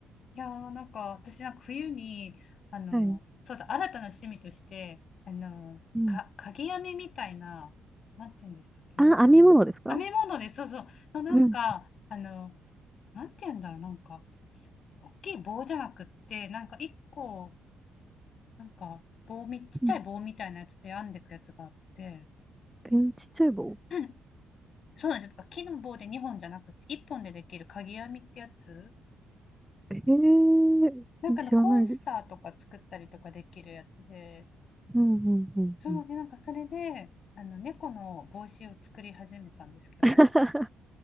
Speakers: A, on the left (about 60°); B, in the centre.
A: いやー、なんか私なんか冬に、あの、
B: はい。
A: そうだ、新たな趣味として、あの、
B: うん。
A: か、鍵編みみたいな、なんて言うんでしたっけ、
B: あ、
A: なんかあの、
B: 編み物ですか
A: 編み物で、そうそう、のなんか、
B: うん。
A: あの、なんて言うんだろう、なんか、大きい棒じゃなくって、なんか一個、なんか棒み、ちっちゃい棒みたいなやつで編んでいくやつがあって、
B: うん。えーちっちゃい棒。
A: うんそうなんですよ。とか木の棒で2本じゃなくて、1本でできる鍵編みってやつ、
B: えー、
A: なんかあのコースターとか作ったりとかできるやつで、
B: 知らないです。うんうんうんうん。
A: そうで、なんかそれで、あの猫の帽子を作り始めたんですけど、
B: <laughs>